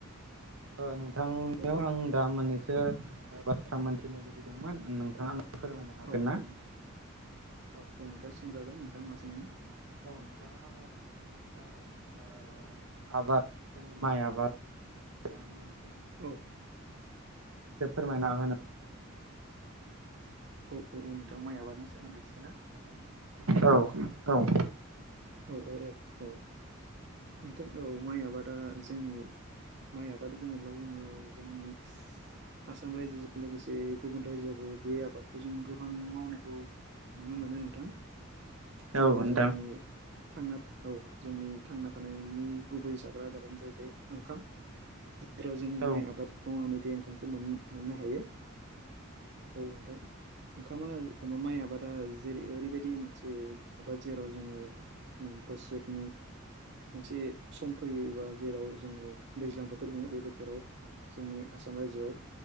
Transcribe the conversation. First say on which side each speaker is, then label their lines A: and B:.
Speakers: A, on the right; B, on the right.
A: औ नोंथांनियाव
B: औ औ
A: आं दा मोननैसो बाथ्रा मोनथिनो लुबैदों। नोंथाङा फोरमायनो हागोन
B: औ
A: ना?
B: औ नोंथां
A: औ
B: नोंथां सोंजागोन नोंथां मा सोंनो
A: ओ औ। आङो <unintelligible> आबाद जों माइ आबाद। द आङोन <unintelligible>
B: औ।
A: फोरमायना होनो
B: औ औ औ नोंथां माइ आबादनि सोमोन्दै एसे ना? नोंथां
A: औ औ।
B: औ औ औ औ नोंथां औ माइ आबादा जोंनि माइ आबाद बुङोब्ला जोङो जोंनि आसाम रायजोजों लोगोसे गुबुन रायजोआवबो बे आबादखौ जों गोबाङै मावनायखौ नुनो मोनो नोंथां जेराव
A: औ नोंथां
B: जोंनि थांना औ जोंनि थांना थानायनि गुबै जाग्रा आदारानो जाहैबाय ओंखाम जेराव जोङो
A: औ
B: माइ आबाद मावनानै बे ओंखामखौ मान-मोननो हायो औ नोंथां ओंखामा माइ आबादा जेरै ओरैबायदि मोनसे आबाद जेराव जोङो उम बोसोरनि मोनसे सम फैयोबा जेराव जोङो दैज्लां बोथोर बुङो बे बोथोराव जोंनि आसाम रायजोआव